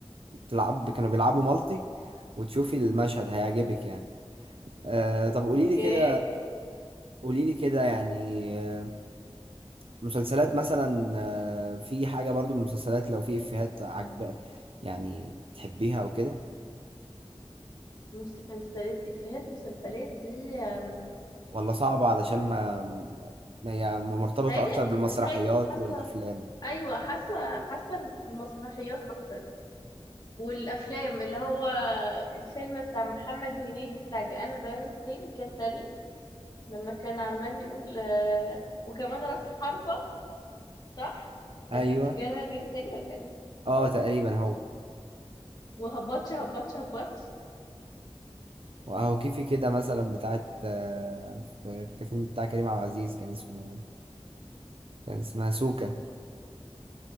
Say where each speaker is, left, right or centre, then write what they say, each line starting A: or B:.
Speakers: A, on the right; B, on the left.
A: تلعبوا كانوا بيلعبوا مالتي وتشوفي المشهد هيعجبك يعني آه طب قولي
B: اوكي
A: لي كده قولي لي كده يعني آه، مسلسلات مثلا آه، في حاجة برضو من المسلسلات لو في إفيهات عجب يعني بتحبيها أو كده
B: مسلسلات افيهات مسلسلات دي آم،
A: ولا صعبة علشان ما ما هي مرتبطة
B: بتهيألي
A: أكتر بالمسرحيات
B: بتهيألي حاسه
A: والأفلام
B: ايوه حاسه حاسه المسرحيات اكتر والافلام اللي هو الفيلم بتاع محمد هنيدي بتاع جاءنا البيان التالي كان تقريبا لما كان عمال يقول آه، وكمان راس حربة صح
A: أيوه
B: ده كان في جاءنا البيان التالي ولا كان إيه؟
A: أه تقريبا هو
B: وهبطش هبطش هبطش
A: وأهو كيفي كده مثلا بتاعت آه، في الفيلم بتاع كريم عبد العزيز كان اسمه كان اسمها سوكا